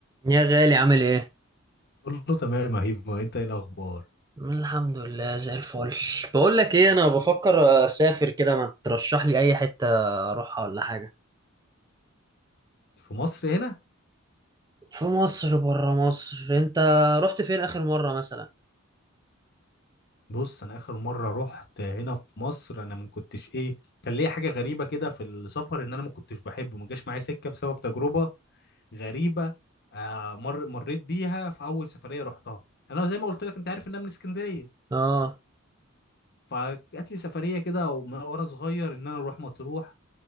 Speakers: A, on the right; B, on the left.
A: يا غالي عامل ايه؟
B: قول له تمام يا هيما انت ايه الاخبار
A: الحمد لله زي الفل بقول لك ايه انا بفكر اسافر كده ما ترشح لي اي حتة اروحها ولا حاجة
B: في مصر هنا
A: في مصر بره مصر انت رحت فين اخر مرة مثلا؟
B: بص انا اخر مره رحت هنا في مصر انا ما كنتش ايه كان ليا حاجه غريبه كده في السفر ان انا ما كنتش بحبه ما جاش معايا سكه بسبب تجربه غريبه آه مر مريت بيها في اول سفريه رحتها انا زي ما قلت لك انت عارف ان انا من اسكندريه
A: اه
B: فجات لي سفريه كده ومن وانا صغير ان انا اروح مطروح